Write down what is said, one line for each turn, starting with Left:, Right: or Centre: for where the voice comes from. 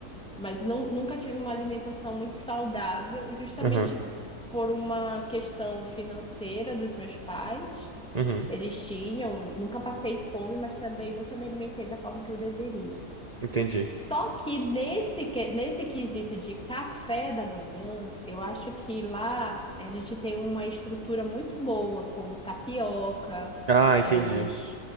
Centre: mas não, nunca tive uma alimentação muito saudável, justamente
Right: Aham.
Centre: por uma questão financeira dos meus pais.
Right: Uhum.
Centre: Eles tinham, nunca passei fome, mas também nunca me alimentei da forma que eu deveria.
Right: Entendi.
Centre: Só que nesse, que- nesse quesito de café da manhã, eu acho que lá a gente tem uma estrutura muito boa, como tapioca,
Right: Ah, entendi.
Centre: é, os